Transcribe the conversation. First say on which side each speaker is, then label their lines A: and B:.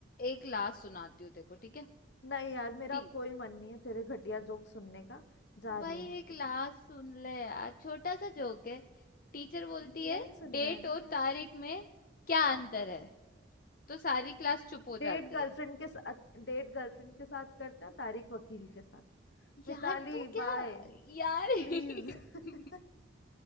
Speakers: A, on the left; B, on the left.
A: एक लास्ट सुनाती हूँ तेरे को ठीक है
B: नहीं यार मेरा
A: टी
B: अब कोई मन नहीं है तेरे घटिया जोक सुनने का जा
A: भाई
B: रही हूँ मैं
A: एक
B: तो
A: लास्ट सुन ले यार छोटा सा जोक है टीचर बोलती
B: नहीं
A: है
B: सुनना
A: डेट
B: है ना
A: और
B: यार
A: तारीख में क्या अंतर है तो सारी क्लास चुप हो
B: डेट
A: जाती
B: गर्लफ्रेंड
A: है
B: के साथ डेट गर्लफ्रेंड के साथ करते हो तारिक वकील के साथ मिताली
A: यार तू क्या
B: बाय
A: यार <laughs>
B: प्लीज <laughs>